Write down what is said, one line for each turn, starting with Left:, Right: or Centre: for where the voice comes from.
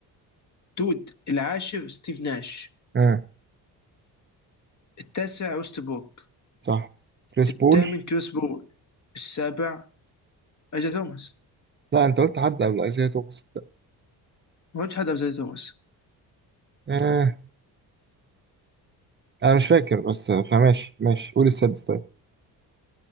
Left: دود العاشر ستيف ناش
Right: آه
Left: التاسع وست بوك
Right: صح كريس
Left: الثامن
Right: بول
Left: كريس بول السابع اجا توماس
Right: لا أنت قلت حد قبل أيزايا توماس
Left: ما قلتش حد قبل اجا توماس
Right: آه انا مش فاكر بس فماشي ماشي قول السادس طيب